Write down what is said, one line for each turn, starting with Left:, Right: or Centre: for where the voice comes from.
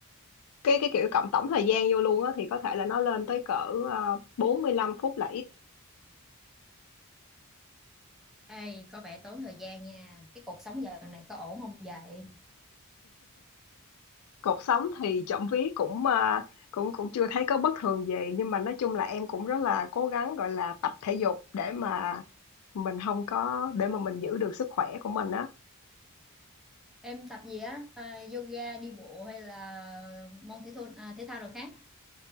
Left: cái cái kiểu cộng tổng thời gian vô luôn á thì có thể là nó lên tới cỡ uh, 45 phút là ít
Centre: Ê, có vẻ tốn thời gian nha Cái cuộc sống giờ này có ổn không vậy
Left: cột sống thì trộm vía cũng à, cũng cũng chưa thấy có bất thường gì nhưng mà nói chung là em cũng rất là cố gắng gọi là tập thể dục để mà mình không có để mà mình giữ được sức khỏe của mình á
Centre: Em tập gì á à, Yoga, đi bộ hay là môn thể thao, à, thể thao rồi khác